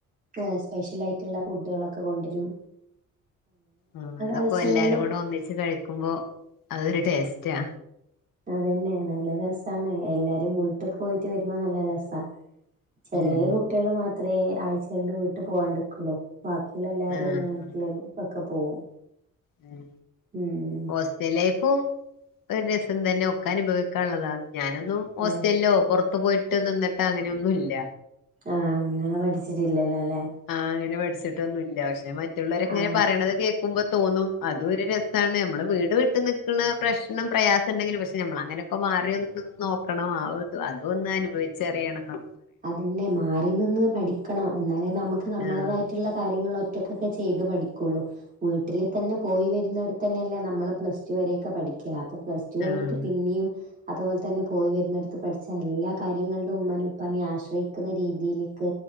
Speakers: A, on the right (about 25°); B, on the left (about 80°).
A: ആ സ്പെഷ്യലായിട്ട്ള്ള ഫുഡാളൊക്കെ കൊണ്ടരും
B: ആ അതൊക്കെ
A: ആഴ്ചകളിലും
B: എല്ലാരും കൂടെ ഒന്നിച്ച് കഴിക്കുമ്പോ അതൊരു ടേസ്റ്റാ
A: അതെന്നെ നല്ല രസാണ് എല്ലാരും വീട്ട് പോയിട്ട് വെരുമ്പോ നല്ല രസാ ചെലേ
B: ഉം
A: കുട്ട്യാള് മാത്രെ ആഴ്ചകളില് വീട്ട് പോവാണ്ട്ക്കൊള്ളു ബാക്കിള്ളെല്ലാരും
B: ആഹ്
A: <unintelligible> വീട്ട്ല്
B: ആഹ്
A: പത്ക്കെ പോവും
B: ഉം
A: ഉം
B: ഹോസ് റ്റല്ലേഫും ഒരു രസം തെന്നെ ഒക്കെ അനുഭവിക്കാള്ളതാ ഞാനൊന്നും ഹോസ്റ്റല്ലൊ
A: ആഹ്
B: പൊർ ത്ത്‌ പോയിട്ട് നിന്നിട്ടൊ അങ്ങനൊന്നുല്ല
A: ആ ങ്ങള് പഠിച്ചിട്ടില്ലല്ലോ ല്ലെ
B: ആഹ് അങ്ങനെ പഠിച്ചിട്ടൊന്നുല്ല പക്ഷെ മറ്റുള്ളവര്ങ്ങനെ
A: ആഹ്
B: പർയ്ണത് കേ ക്കുമ്പോ തോന്നും അതും ഒരു രസാണ് നമ്മളെ വീട് വിട്ട് നിക്ക്ണ പ്രശ്നം പ്രയാസണ്ടെങ്കിലും പക്ഷെ നമ്മളങ്ങനെ ക്കെ മാറിയൊന്ന് നിന്നോക്കണം ആ ഒത് അതൊന്ന് അനുഭവിച്ചറിയണംന്നാ
A: അതെന്നെ മാറി നിന്ന് പഠിക്കണം എന്നാലേ നമ്മക്ക് നമ്മളേതായിട്ട്ള്ള
B: ആഹ്
A: കാര്യങ്ങൾ ഒ റ്റക്കൊക്കെ ചെയ്ത് പഠിക്കുള്ളൂ വീട്ടില് തെന്നെ പോയി വെരുന്നോട്ത്തെന്നല്ലേ നമ്മള് പ്ലസ് ടു വരെയൊക്കെ പഠിക്ക അപ്പൊ പ്ലസ് ടു കഴിഞ്ഞിട്ട്
B: ആഹ്
A: പിന്നിം അതുപോൽത്തെന്നെ പോയി വെര്ന്നെട്ത്ത് പഠിച്ച എല്ലാ കാര്യങ്ങൾ ലുമ്മനും പ്പനേം ആശ്രയിക്കുന്ന രീതിയിലേക്ക്